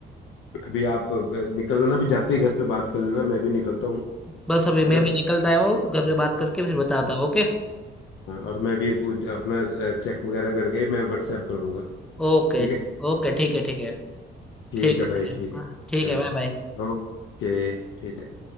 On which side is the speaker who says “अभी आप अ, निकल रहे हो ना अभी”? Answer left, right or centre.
Left